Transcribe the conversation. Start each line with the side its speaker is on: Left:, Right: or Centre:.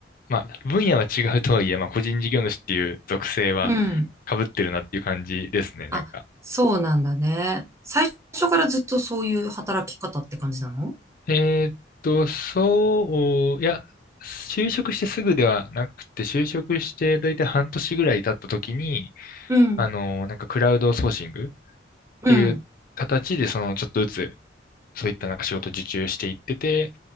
Left: まあ、分野は違うとはいえ、まあ、個人事業主っていう属性は
Right: うん。
Left: 被ってるなっていう感じですね、なんか。
Right: あ、そうなんだね。最初からずっとそういう働き方って感じなの
Left: えーっと、そう、いや、就職してすぐではなくて、就職してだいたい半年ぐらい経った時に、
Right: うん、
Left: あの、なんかクラウドソーシングっ
Right: うん、
Left: ていう形で、その、ちょっとずつ、そういったなんか仕事受注していってて、